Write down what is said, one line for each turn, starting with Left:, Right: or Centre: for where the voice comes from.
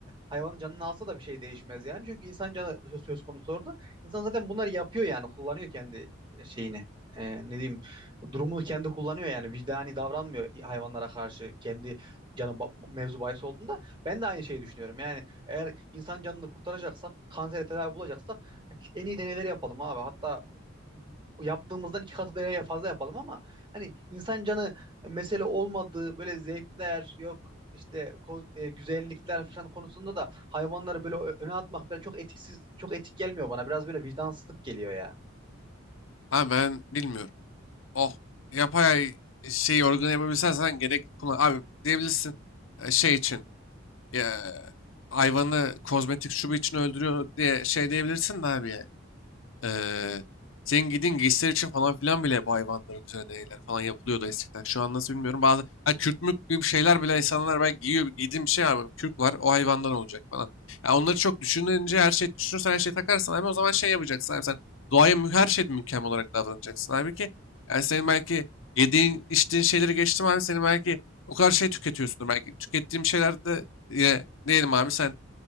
Right: hayvanın canını alsa da bir şey değişmez yani. Çünkü insan canı söz, söz konusu orada. İnsan zaten bunları yapıyor yani. Kullanıyor kendi şeyini. Ee, ne diyeyim durumunu kendi kullanıyor yani vicdani davranmıyor hayvanlara karşı kendi canı ba- mevzu bahis olduğunda ben de aynı şeyi düşünüyorum yani eğer insan canını kurtaracaksak kansere tedavi bulacaksak en iyi deneyleri yapalım abi. Hatta yaptığımızdan iki katı deneye fazla yapalım ama hani insan canı mesele olmadığı böyle zevkler yok işte ko- e, güzellikler falan konusunda da hayvanları böyle ö- öne atmak böyle çok etiksiz çok etik gelmiyor bana. Biraz böyle vicdansızlık geliyor ya.
Left: Ha ben bilmiyorum. Oh yapay şey organı yapabilsen sen gerek kullan. Abi diyebilirsin e, şey için e, hayvanı kozmetik şubu için öldürüyor diye şey diyebilirsin de abi ya. Eee senin giydiğin giysiler için falan filan bile bu hayvanların üzerine deneyler falan yapılıyordu eskiden. Şu an nasıl bilmiyorum. Bazı ha, kürk mürk gibi şeyler bile insanlar belki giyiyor. Giydiğim bir şey var. Kürk var. O hayvandan olacak falan. Ya onları çok düşününce her şey düşünürsen her şeyi takarsan abi o zaman şey yapacaksın abi sen doğaya mü- her şeyde mükemmel olarak davranacaksın. Halbuki yani senin belki yediğin içtiğin şeyleri geçtim abi senin belki o kadar şey tüketiyorsundur. Belki tükettiğim şeylerde yine diyelim abi sen